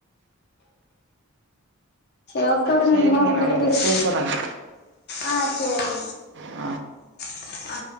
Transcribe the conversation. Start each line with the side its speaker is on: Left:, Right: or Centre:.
Left: செரி ஓகே விடுங்க
Right: சரிங்க
Left: இருந்தா உங்ககிட்ட
Right: நான் உங்களுக்கு
Left: பேசி
Right: கூப்பிட்றேன்
Left: ஆ சேரிங்க
Right: ஆ
Left: ஆ